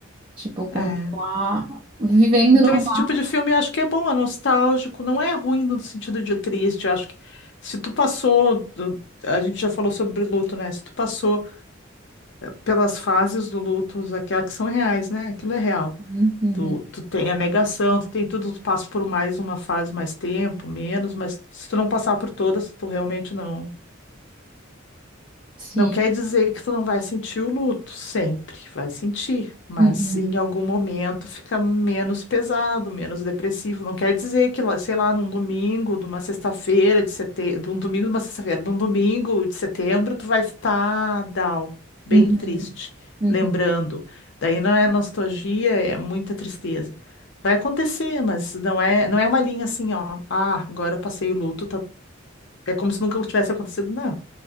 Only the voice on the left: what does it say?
É. É.
Então,
esse tipo de filme eu acho que é bom, é nostálgico, não é ruim no sentido de triste. Eu acho que se tu passou, do- a gente já falou sobre luto, né? Se tu passou pelas fases do luto, aquelas que são reais, né? Aquilo é real.
Tu, tu tem a negação, tu tem tudo, tu passa por mais uma fase, mais tempo, menos, mas se tu não passar por todas, tu realmente não.
Não quer dizer que tu não vai sentir o luto, sempre vai sentir, mas
em algum momento fica menos pesado, menos depressivo. Não quer dizer que, lá- sei lá, num domingo, de uma sexta-feira de setembro, de um domingo, de uma sexta-feira, de um domingo de setembro, tu vai estar down, bem
triste,
lembrando. Daí não é nostalgia, é muita tristeza. Vai acontecer, mas não é, não é uma linha assim, ó. Ah, agora eu passei o luto, tá- é como se nunca tivesse acontecido, não